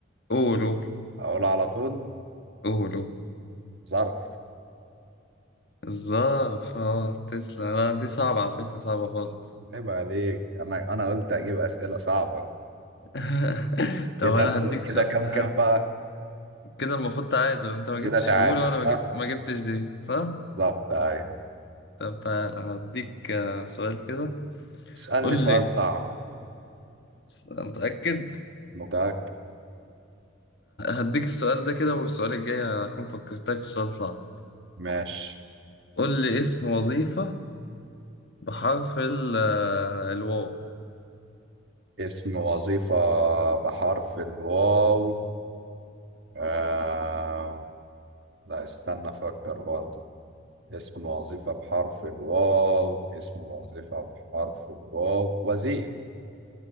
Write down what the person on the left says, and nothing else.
قول قول
قول قول
الظرف اه تسلا لا دي صعبة على فكرة صعبة خالص
<laughs> طب
انا
هديك
سؤال
هد...
كده المفروض تعادل انت ما جبتش
الاولى وانا ما
جب- ما جبتش دي صح؟
طب تعالى هديك آه، سؤال كده
قول
لي
متأكد
هديك السؤال ده كده والسؤال الجاي هكون فكرتك في سؤال صعب
قول لي اسم وظيفة بحرف ال- آه، الواو